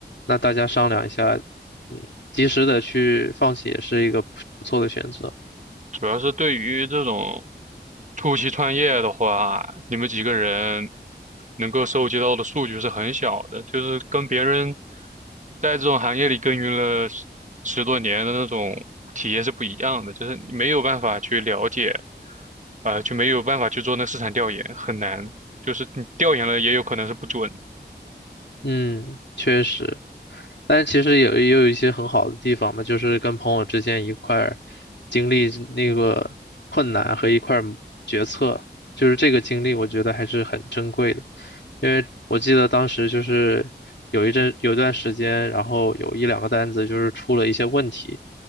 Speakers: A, on the left; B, on the right.
A: 那大家商量一下，嗯，及时的去放弃也是一个不不错的选择。
B: 主要是对于这种初期创业的话，你们几个人能够收集到的数据是很小的，就是跟别人在这种行业里耕耘了十十多年的那种体验是不一样的，就是你没有办法去了解。呃，就没有办法去做那市场调研，很难。就是你调研了，也有可能是不准。
A: 嗯，确实。但其实也也有一些很好的地方嘛，就是跟朋友之间一块儿经历那个困难和一块儿决策，就是这个经历，我觉得还是很珍贵的。因为我记得当时就是有一阵有一段时间，然后有一两个单子就是出了一些问题，